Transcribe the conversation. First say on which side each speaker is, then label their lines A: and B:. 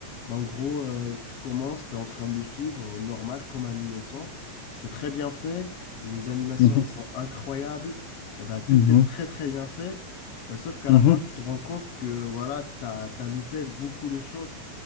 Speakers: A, on the left (about 60°); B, on the left (about 85°).
A: Ben, en gros, euh, tu commences, tu es en train de suivre, normal, comme un innocent. C'est très bien fait, les animations,
B: Mhm,
A: ils sont incroyables, et ben, tout
B: mhm,
A: est très très bien fait, Ben, sauf qu'à
B: mhm.
A: la fin, tu te rends compte que voilà, tu as, loupé beaucoup de choses